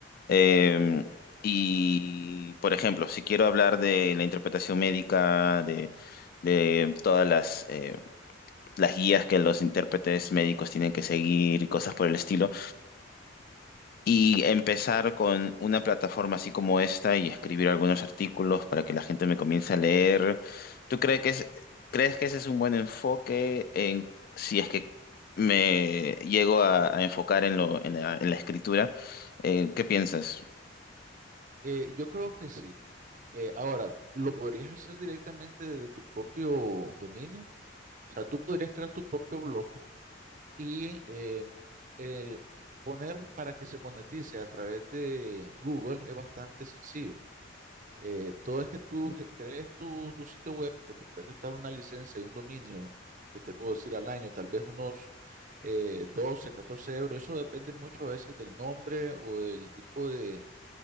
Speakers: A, on the left; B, on the right.
A: Eh, y, por ejemplo, si quiero hablar de la interpretación médica, de, de todas las, eh, las guías que los intérpretes médicos tienen que seguir y cosas por el estilo, y empezar con una plataforma así como esta y escribir algunos artículos para que la gente me comience a leer, ¿tú crees que es, crees que ese es un buen enfoque en, si es que me llego a, a enfocar en lo, en la, en la escritura? Eh, ¿qué piensas?
B: eh, yo creo que sí. Eh, ahora, ¿lo podrías hacer directamente desde tu propio dominio? O sea, tú podrías crear tu propio blog y eh, eh, poner para que se monetice a través de Google es bastante sencillo. Eh, todo es que tú ge- crees tu, tu sitio web, que te puede costar una licencia de un dominio, que te puedo decir al año, tal vez unos eh, 12, 14 euros. Eso depende mucho a veces del nombre o del tipo de,